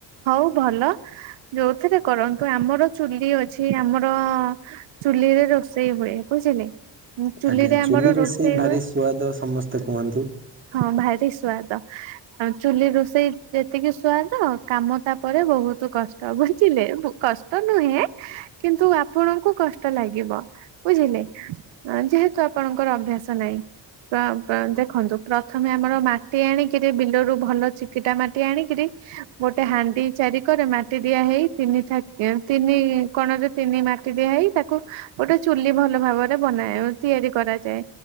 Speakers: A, on the right; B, on the right.
A: ହଉ ଭଲ ଯୋଉଥିରେ କରନ୍ତୁ ଆମର ଚୁଲି ଅଛି ଆମର ଚୁଲିରେ ରୋଷେଇ ହୁଏ ବୁଝିଲେ ଚୁଲିରେ
B: ଆଜ୍ଞା
A: ଆମର
B: ଚୁଲି
A: ରୋଷେଇ
B: ଭାରି
A: ହୁଏ
B: ସୁଆଦ ସମସ୍ତେ କୁହନ୍ତି।
A: ହଁ ଭାରି ସୁଵାଦ। ଆଉ ଚୁଲି ରୋଷେଇ ଯେତିକି ସୁଆଦ କାମ ତାପରେ ବହୁତ୍ କଷ୍ ତ ବୁଝିଲେ କଷ୍ଟ ନୁହେଁ କିନ୍ତୁ ଆପଣଙ୍କୁ କଷ୍ଟ ଲାଗିବ। ବୁଝିଲେ ଯେହେତୁ ଆପଣଙ୍କର ଅଭ୍ୟାସ ନାହିଁ <unintelligible> ଦେଖନ୍ତୁ ପ୍ରଥମେ ଆମର ମାଟି ଆଣିକିରି ବିଲରୁ ଭଲ ଚିକିଟା ମାଟି ଆଣିକିରି ଗୋଟେ ହାଣ୍ଡି ଚାରି କରେ ମାଟି ଦିଆ ହେଇ ତିନି ଠାକି ତିନି କଣରେ ତିନି ମାଟି ଦିଆ ହେଇ ତାକୁ ଗୋଟେ ଚୁଲି ଭଲ ଭାବରେ ବନାଏ ତିଆରି କରାଯାଏ।